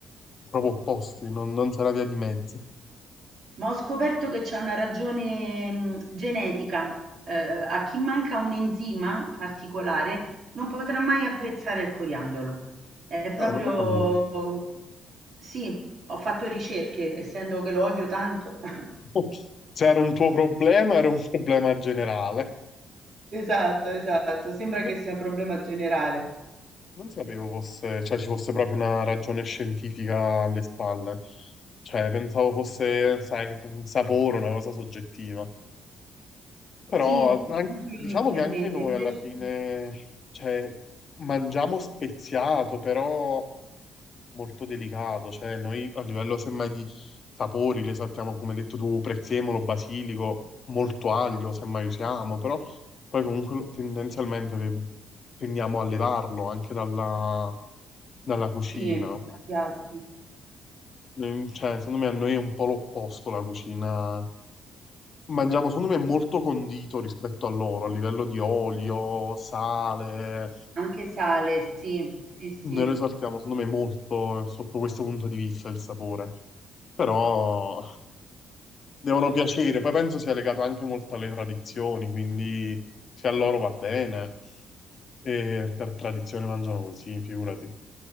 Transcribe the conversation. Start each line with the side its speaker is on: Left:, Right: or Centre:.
Left: proprio opposti, non, non c'era via di mezzo.
Right: Ma ho scoperto che c'è una ragione mh, genetica. Eh, a chi manca un enzima particolare non potrà mai apprezzare il coriandolo. È proprio...
Left: No, non lo sapevo.
Right: Sì, ho fatto ricerche, essendo che lo odio tanto. <laughs>
Left: <laughs> Se era un tuo problema, era un <laughs> problema generale.
Right: Esatto, esatto. Sembra che
Left: Non,
Right: sia un problema generale.
Left: non sapevo fosse, cioè, ci fosse proprio una ragione scientifica alle spalle. Cioè, pensavo fosse, sai, un sapore, una cosa soggettiva. Però
Right: Sì,
Left: an-
Right: anche io
Left: diciamo
Right: inizialmente,
Left: che anche noi
Right: invece
Left: alla fine, cioè, mangiamo speziato, però molto delicato, cioè noi a livello semmai di sapori le saltiamo, come hai detto tu, prezzemolo, basilico, molto aglio semmai usiamo, però poi comunque lo- tendenzialmente le- tendiamo a levarlo anche dalla, dalla cucina.
Right: sì, piatto.
Left: Mm, Cioè, secondo me a noi è un po' l'opposto la cucina Mangiamo, secondo me, molto condito rispetto a loro, a livello di olio, sale.
Right: Anche sale, sì, sì, sì.
Left: Noi risaltiamo, secondo me, molto eh, sotto questo punto di vista il sapore. Però devono piacere. Poi penso sia legato anche molto alle tradizioni, quindi se a loro va bene, e per tradizione mangiano così, figurati.